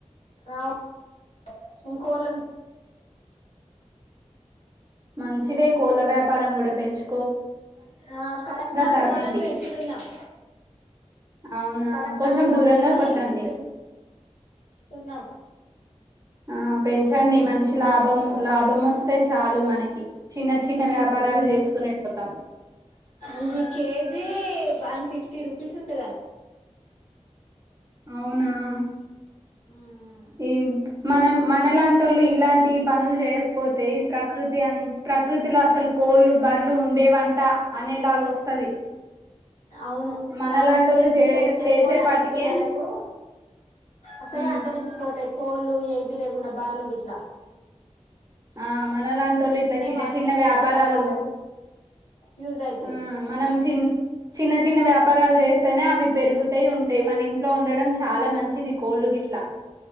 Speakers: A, on the left (about 80°); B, on the right (about 30°).
A: ఆ కోళ్లను
B: మంచిదే కోళ్ళ వ్యాపారం కూడ పెంచు
A: ఆ కడక్నాల్
B: తరమండి
A: కోళ్ళని పెంచుతున్నాం
B: అవునా
A: కడక్నాల్
B: కొంచెం
A: కోళ్ళని
B: దూరంగా కొట్టండి
A: పెంచు తున్నాం
B: ఆ పెంచండి మంచి లాభము లభం వస్తే చాలు మనకి చిన్న చిన్న
A: హ
B: వ్యాపారాలు
A: ఈ
B: చేసుకునేటోళ్ళం
A: ఇది KG one fifty fifty rupees ఉంటుదండి
B: అవునా అహ్
A: ఉమ్
B: ఎం మనం మనలాంటోళ్ళు ఇలాంటి పనులు చేయకపోతే ఈ ప్రకృతి అం ప్రకృతిలో అసలు కోళ్ళు బర్లు ఉండే వంట అనేలాగ వస్తది
A: అవును
B: మనలాంటోళ్ళు
A: రాని రాను ఫ్యూచర్
B: చే
A: లో చెప్పుకోవడానికి
B: చేసేపాటికే
A: పిల్లలకు అసలే
B: మ్
A: అంతరించిపోతు త్ కోళ్ళు ఏవి లేకుండా బర్లు గిట్ల
B: ఆ మనలంటోలు ఇట్లా చిన్న
A: వాటిని
B: చిన్న
A: ఫ్యూచర్
B: వ్యాపారాలు
A: లో వాళ్ళకి యూజ్ అయితాయి
B: ఉమ్ మనం చిన్ చిన్న చిన్న వ్యాపారాలు చేస్తేనే అవి పెరుగుతాయి ఉంటాయి మన ఇంట్లో ఉండడం చాలా మంచిది కోళ్ళు గిట్లా